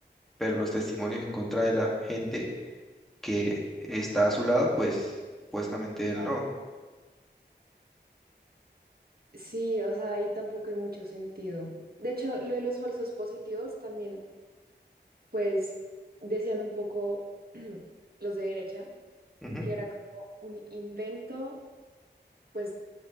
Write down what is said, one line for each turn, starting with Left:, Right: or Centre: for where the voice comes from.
Centre: pero los testimonios en contra de la gente que está a su lado, pues supuestamente
Right: Claro.
Centre: él no.
Right: sí, o sea, ahí tampoco hay mucho sentido. De hecho, lo de los falsos positivos también, pues, decían un poco <clears throat> los de derecha,
Centre: Ujú,
Right: que era como un invento, pues,